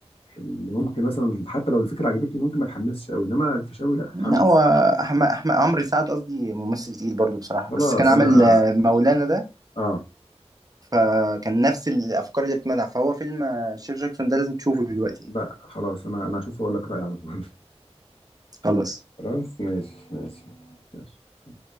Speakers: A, on the left; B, on the right.
A: اللي ممكن مثلا حتى لو الفكره عجبتني ممكن ما اتحمسش قوي انما الفيشاوي لا اتحمس
B: لا هو أحمد أحمد عمرو سعد قصدي ممثل تقيل برضه بصراحة
A: خلاص
B: بس كان عامل
A: انا
B: آه، مولانا ده
A: اه
B: فكان نفس الافكار اللي بتمنع فهو فيلم آه، الشيخ جاكسون ده لازم تشوفه دلوقتي يعني
A: لا خلاص انا انا هشوف واقول لك رايي على طول <laughs>
B: خلص
A: خلاص ماشي ماشي يلا.